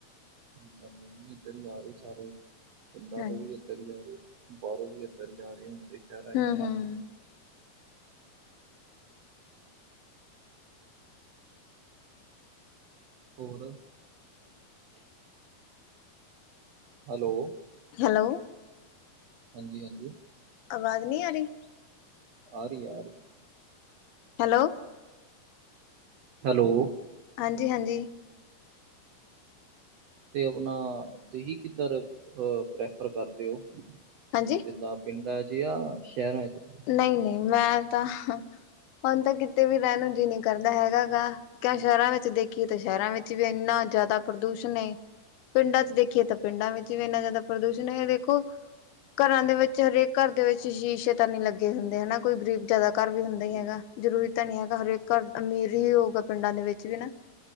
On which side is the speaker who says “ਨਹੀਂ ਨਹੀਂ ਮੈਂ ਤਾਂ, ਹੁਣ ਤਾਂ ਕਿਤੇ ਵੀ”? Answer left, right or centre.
Left